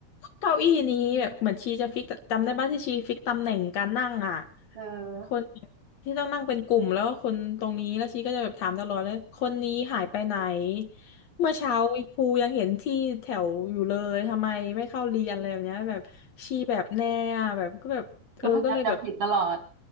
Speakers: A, on the left; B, on the right.
A: เก้าอี้นี้แบบเหมือนชีจะฟิกจำได้ปะที่ชีฟิกตำแหน่งการนั่งอ่ะ
B: เออ
A: คนที่ต้องนั่งเป็นกลุ่มแล้วก็คนตรงนี้แล้วชีก็จะแบบถามตลอดเลยคนนี้หายไปไหนเมื่อเช้าครูยังเห็นที่แถวอยู่เลยทำไมไม่เข้าเรียนอะไรแบบเนี้ยแบบชีแบบแน่อะแบบก็แบบเออก็เลยแบบ
B: คือพยายามจะผิดตลอด